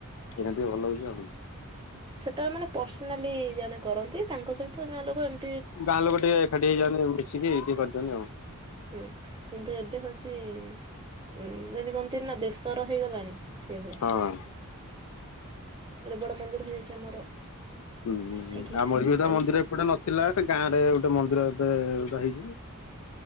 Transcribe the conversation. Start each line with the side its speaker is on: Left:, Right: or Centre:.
Left: ଏଇନା ଟିକେ ଭଲ ହଉଛି ଆଉ।
Right: ସେତେବେଳେ ମାନେ ପର୍ସନାଲି ଜଣେ କରନ୍ତି ତାଙ୍କ ସହିତ ଗାଁ ଲୋକ ଏମ
Left: ଗାଁ ଲୋକ ଟିକେ ଏକାଠି ହେଇଯାଆନ୍ତି ମିଶିକି ଟିକେ କରିଦଅନ୍ତି ଆଉ।
Right: ହୁଁ କିନ୍ତୁ ଏବେ ହଉଛି ଉଁ ଯେମିତି କୁହନ୍ତି ନା ଦେଶ ର ହେଇଗଲାଣି। ସେଭଳିଆ
Left: ହଁ
Right: ଗୋଟେ ବଡ ମନ୍ଦିର ହେଇଯାଇଛି ଆମର।
Left: ହୁଁ ହୁଁ
Right: ସେଇଠି ଏବେ
Left: ଆମରି <unintelligible>
Right: ଚାଲିଛି
Left: ମନ୍ଦିର ଏପଟେ ନଥିଲା ସେ ଗାଁ ରେ ଗୋଟେ ମନ୍ଦିର ଏବେ ବା ହେଇଛି।